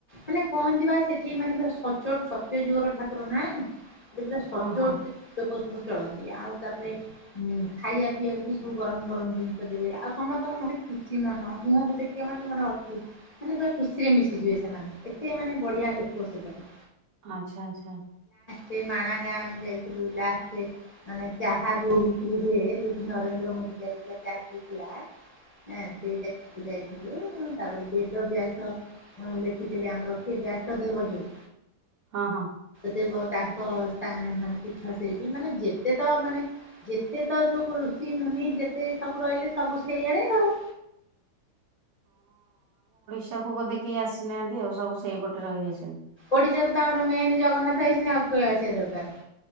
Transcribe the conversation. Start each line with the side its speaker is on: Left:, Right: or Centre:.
Left: ମାନେ କହନ୍ତି ବା ସେଠି ମାନେ ସଚ୍ଚୋଟ ସତ୍ୟ ଯୁଗର ଠାକୁର ନା? ପୁରା ସଚୋଟ
Right: ହଁ ହଁ।
Left: ଲୋକ ସବୁ ଚଳନ୍ତି। ଆଉ ତାପରେ ଉମ୍ ଖାଇବା ପିଇବାକୁ ବି ସବୁ ଗରମ ଗରମ ଜିନିଷ ଦେବେ, ଆଉ ସମସ୍ତଙ୍କ ମ ଭାରି ଖୁସି ମନ। ମୁହଁକୁ ଦେଖିବ ମାନେ ତମର ହସୁ, ମାନେ ପୁରା ଖୁସିରେ ମିଶିଯିବେ ସେମାନେ। ସେ ମାନେ ବଢିଆ ଲୋକ ସେପଟେ
Right: ଆଚ୍ଛା ଆଚ୍ଛା।
Left: ସେ ମାଣା ଗାଁ ମୁଁ ଯାଇ ଯୋଉ ଲାଷ୍ଟେ ମାନେ ଚାହା ଯୋଉ ବିକ୍ରି ହୁଏ, ଯୋଉ ଲଠି ନରେନ୍ଦ୍ର ମୋଦି ଯାଇଥିଲା ଚାହା ପିଇଥିଲା ହଁ ସେଇ ଜାଗାକୁ ଯାଇ ଯୋଉ, ତାପରେ ବେଦ ବ୍ୟାସ ଲେଖିଥିଲେ ଆମର କିଏ ବ୍ୟାସ ଦେବ ଯୋଉ
Right: ହଁ ହଁ।
Left: ଥିବ ତାଙ୍କ ତା ମାନେ କି ସେଇଠି ମାନେ ଯେତେ ତ ମାନେ ଯେତେ ତ ଯୋଉ ଋଷି, ମୁନି ଯେତେ ସବୁ ରହିଲେ ସବୁ ସେଇଆଡେ ଆଉ।
Right: ପଟକୁ ବୋଧେ କେହି ଆସିନାହାଁନ୍ତି ଆଉ, ସବୁ ସେଇପଟେ ରହିିଯାଇଛନ୍ତି।
Left: ଓଡିଶାକୁ ତ ଆମର ମେନ୍ ଜଗନ୍ନାଥ ଆଇଛନ୍ତି ଆଉ କିଏ ଆସିଆ ଦରକାର।